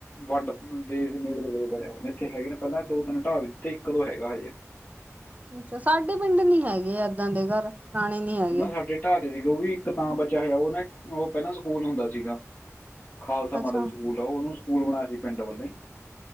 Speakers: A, on the left (about 40°); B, on the right (about 30°).
A: ਵੰਡ ਦੇ ਨੇੜੇ ਤੇੜੇ ਦੇ ਬਣੇ ਹੋਏ ਨੇ। ਇੱਥੇ ਹੈਗੇ ਨੇ ਪਹਿਲਾਂ ਦੋ ਤਿੰਨ ਢਾਹਾਬ ਦਿੱਤੇ ਇੱਕ ਦੋ ਹੈਗਾ ਹਜੇ।
B: ਅੱਛਾ ਸਾਡੇ ਪਿੰਡ ਨੀ ਹੈਗੇ ਏਦਾਂ ਦੇ ਘਰ। ਪੁਰਾਣੇ ਨੀ ਹੈਗੇ
A: ਨਾ ਸਾਡੇ ਢਾਹ ਦੇ ਸੀਗੇ ਉਹ ਵੀ ਇੱਕ ਤਾਂ ਬੱਚਾ ਹੋਇਆ ਉਹਨੇ ਉਹ ਪਹਿਲਾਂ ਸਕੂਲ ਹੁੰਦਾ ਸੀਗਾ। ਖਾਲਸਾ
B: ਅੱਛਾ
A: ਮਾਡਲ ਸਕੂਲ ਆ ਉਹਨੂੰ ਸਕੂਲ ਬਣਾਇਆ ਸੀ ਪਿੰਡ ਵੱਲੋਂ ਹੀ।